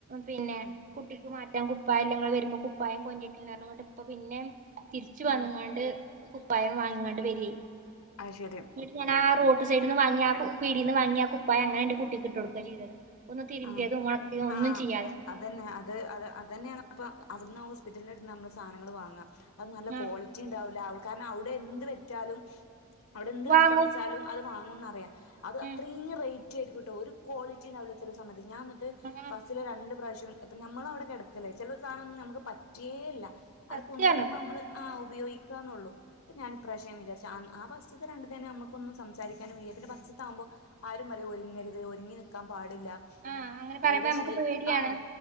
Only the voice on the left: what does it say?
ഉം
ഉം
അത് ശരി
ആ
ആ
അത് ന്നെ അത് അത് അതന്നെയാണ് അപ്പ അവിടുന്ന് ഹോസ്പിറ്റലിനടുത്ത് നമ്മള് സാധനങ്ങള് വാങ്ങ അത് നല്ല
ക്വാളിറ്റി ഉണ്ടാവില്ല അവ കാരണം അവിടെ എന്ത് വെറ്റാലും അവിടെ എന്ത് വിൽക്കാന്ന്
വെച്ചാലും അത് വാങ്ങൂന്നറിയാം. അത് അത്രീയും
റേ റ്റും എടുക്കൂട്ടോ ഒരു ക്വാളിറ്റി ഇണ്ടാവില്ല ചില സമയത്ത് അത് ഞാൻ എന്നിട്ട്
ഫസ്റ്റില രണ്ട് പ്രാവശ്യം ഇപ്പം നമ്മള അവിടെക്കെ കിട ക്കല്ലേ ചെലെ സാനൊന്നും നമുക്ക് പറ്റിയേയില്ല അട്
കൊണ്ടുവരുമ്പോ നമ്മള് ആ ഉപയോഗിക്കാന്നൊള്ളൂ പ്പ ഞാൻ ഇപ്രാവശ്യം വിചാരിച്ച് ആ ആ ഫസ്റ്റ്ത്തെ രണ്ട് തന്നെ നമുക്കൊന്നും സംസാരിക്കാനും വയ്യ പിന്നെ ഫസ്റ്റ് ത്തെ ആകുമ്പോ ആരും പറയും ഒരുങ്ങരുത് ഒരുങ്ങി നിക്കാൻ പാടി ല്ലാ
എവിടെ
ശീ
ആഹ്